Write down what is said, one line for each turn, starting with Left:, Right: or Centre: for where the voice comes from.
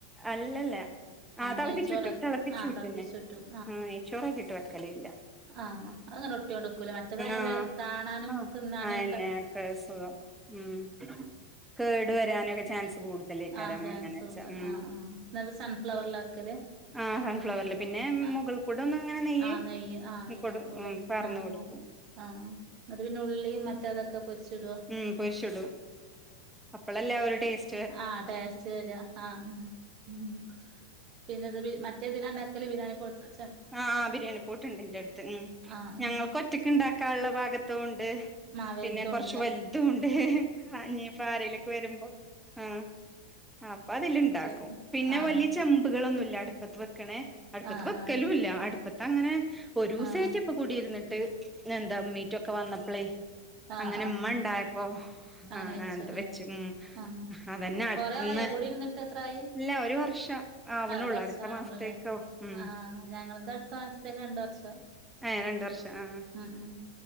Centre: അല്ലല്ല ആഹ് തിളപ്പിച്ചുട്ടും
Right: നെയ്ച്ചോറാക്കി
Centre: തിളപ്പിച്ചുട്ടുന്നെ
Right: ആഹ് തളപ്പിച്ചൂറ്റും
Centre: ആ നെയച്ചോറക്ക ഇട്ട് വെക്കല് ഇല്ല
Right: ആഹ അത് നല്ലോണം ഒട്ടിയൊണ്ട്കൂലെ മറ്റേതായാല
Centre: ആഹ്
Right: കാണാനും
Centre: ആഹ്
Right: തിന്നാനും
Centre: അയന്നെ
Right: ഒക്കെ
Centre: സുഖം ഉം കേടു വരാനൊക്കെ ചാൻസ് കൂടുതലേക്കാരം
Right: ആ ചാൻസ്
Centre: അങ്ങനെ വെച്ചാ ഉം
Right: ആ ആ ന്നിട്ട് സൺഫ്ലവറലാ വെക്കല്
Centre: ആഹ് സൺഫ്ലവറില് പിന്നെ
Right: ആ
Centre: മുകൾ കൂടെ ഒന്ന് ഇങ്ങനെ നെയ്യ്
Right: ആഹ നെയ്യ ആഹ നെയ്യ
Centre: കൊടു
Right: ആക്കൂല്ലേ
Centre: ഉം പാർന്ന്
Right: ആഹ്
Centre: കൊടുക്കും
Right: ആ ആഹ ന്നിട്ട് പിന്നെ ഉള്ളിയും മറ്റതൊക്കെ പൊര്ച്ചിടോ?
Centre: ഉം പൊരിച്ചിടും അപ്പളല്ലേ ആ ഒരു ടേസ്
Right: ആഹ് ടേസ്റ്റ് വരാ ആഹ് ആഹ് പിന്നെത് മി മ റ്റേതിലാ ഇണ്ടാക്കല് ബിരിയാണി പോട്ട് അഹ് ച്ച
Centre: ആഹ് ആഹ് ബിരിയാണി പോട്ട്ണ്ട് ഇൻ്റെട്ത്ത്. ഉം
Right: ആഹ് ആഹ്
Centre: ഞങ്ങൾക്ക് ഒറ്റക്ക് ണ്ടാക്കാൻള്ള പാകത്തതൂണ്ട്.
Right: ആഹ് വലുതും
Centre: പിന്നെ കൊറച്ച്
Right: ഉണ്ടല്ലേ
Centre: വല്തൂണ്ട്. ആഹ് ഇഞ്ഞിപ്പാരേലൊക്കെ വരുമ്പം ആഹ്. അപ്പൊ അതില്ണ്ടാക്കും.
Right: ചെറുത്
Centre: പിന്നെ
Right: ആഹ്
Centre: വലിയ ചെമ്പുകളൊന്നുംല്ല അടുപ്പത്ത് വെക്ക്ണേ. അടുപ്പത്ത്
Right: ആഹ്
Centre: വെ
Right: ആഹ്
Centre: ക്കലൂല്ല. അടുപ്പത്തങ്ങനെ, ഒരൂസേറ്റെ
Right: ആഹ്
Centre: ഇപ്പ കുടിയിര്ന്നിട്ട്. എന്താ മീറ്റൊക്കെ വന്നപ്പളേ.
Right: ആഹ്
Centre: അങ്ങനെ
Right: ആഹ്
Centre: ഉമ്മ ഉണ്ടായപ്പോ
Right: അങ്ങനെ
Centre: ആ
Right: വെച്ചു
Centre: എന്താ
Right: ല്ലേ
Centre: വെച്ച് ഉം
Right: ആഹ്.
Centre: അതന്നെ അടുത്തുന്ന്
Right: കൊറെ ആയോ കുടി ഇര്ന്നിട്ട് എത്രായി?
Centre: ഇല്ല ഒരു വർഷം ആവണുള്ളൂ
Right: ആഹ് ഒര് വർഷാവ്ണൊള്ളുല്ലേ.
Centre: അടുത്ത മാസത്തേക്കാവും ഉം
Right: ആഹ് ഞങ്ങളത് അടുത്ത മാസത്തേക്ക് രണ്ട് വർഷം.
Centre: ഏഹ് രണ്ട് വർഷം. ആഹ്.
Right: ഉം ഉം